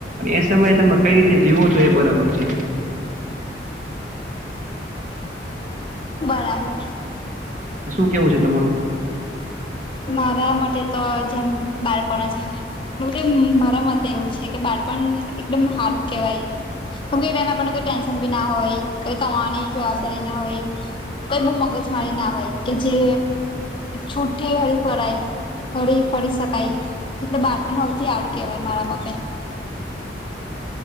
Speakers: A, on the right; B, on the left.
A: એ સમયે તમે કઈ રીતે જીવો છો એ બરાબર છે.
B: બરાબર.
A: શું કેવું છે તમારું?
B: મારા માટે તો જેમ બાળપણ હારુ કે મારા મત એવું છે કે બાળપણ એકદમ હારું કેવાય. કેમ કે એ ટાઈમ પણ કોઈ ટેન્શન બી ના હોય કઈ કની જવાબદારી ના હોય. કઈ બોવ મગજ મારી ના હોય કે જે છૂઠી હરી ફરાય. ફરી ફરી શકાય એટલે બાર પણ નતી આવું કેવાય મારા મતે.
A: <inaudible>